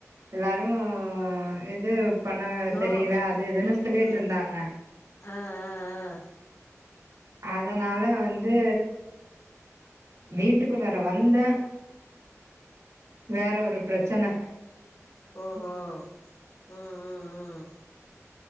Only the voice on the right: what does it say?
எல்லாரு இது பண்ணவ
தெரியில அது இதுன்னு சொல்லிட்டு
இருந்தாங்க
அதனால வந்து வீட்டுக்குள்ளார வந்த வேற ஒரு பிரச்சன